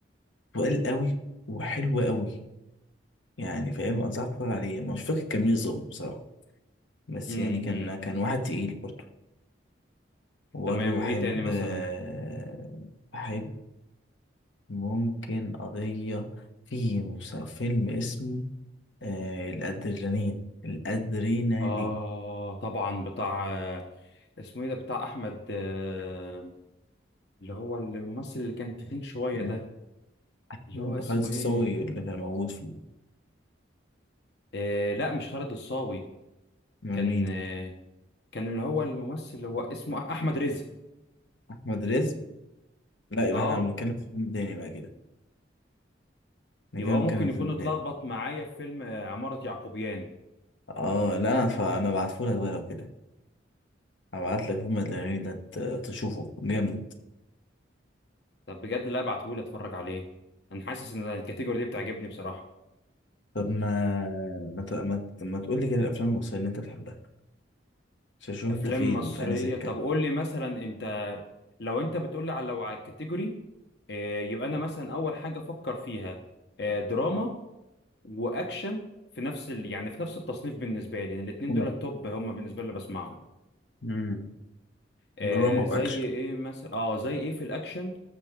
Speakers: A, on the left (about 80°); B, on the left (about 65°).
A: وقال قوي وحلو قوي يعني فاهم أنصحك تتفرج عليه مش فاكر كان مين بالظبط بصراحة بس
B: امم
A: يعني كان
B: امم
A: كان واحد تقيل برضه وبرضه
B: تمام
A: بحب
B: ايه تاني مثلا
A: آه، بحب ممكن قضية في مس- فيلم اسمه آه، الأدرينالين الأدرينالين
B: اه طبعا بتاع آه، اسمه ايه ده بتاع احمد آه، اللي هو الممثل اللي كان تخين شويه
A: تمام؟
B: ده
A: أحمد
B: اللي هو اسمه
A: خالد الصاوي
B: ايه
A: اللي كان موجود فيه
B: آه لا مش خالد الصاوي
A: من
B: كان
A: مين؟
B: آه كان اللي هو الممثل اللي هو اسمه أح- احمد رزق
A: أحمد رزق؟ لا يبقى
B: اه
A: احنا بنتكلم في فيلم تاني بقى كده احنا
B: يبقى
A: كده
B: هو
A: بنتكلم
B: ممكن يكون
A: في فيلم
B: اتلخبط
A: تاني
B: معايا في فيلم آه، عمارة يعقوبيان
A: اه لا انا فانا بعتهولك بقى لو كده هبعتلك فيلم الأدرينالين ده ت- تشوفه جامد
B: طب بجد لا ابعتهولي اتفرج عليه انا حاسس ان الكاتيجوري دي بتعجبني بصراحة
A: طب ما ما ت... ما, ت... ما تقول لي كده الافلام المصريه اللي انت بتحبها عشان اشوف
B: افلام
A: انت فين
B: <laughs> مصرية
A: في انهي سكه
B: طب قول لي مثلا انت لو انت بتقول لي على لو على الكاتيجوري آه، يبقى انا مثلا اول حاجة افكر فيها آه، دراما واكشن في نفس ال... يعني في نفس التصنيف بالنسبة لي لان يعني الاتنين
A: أنا
B: دول التوب هم بالنسبة لي اللي بسمعهم
A: امم
B: آه،
A: دراما
B: زي
A: واكشن
B: ايه مثلا اه زي ايه في الاكشن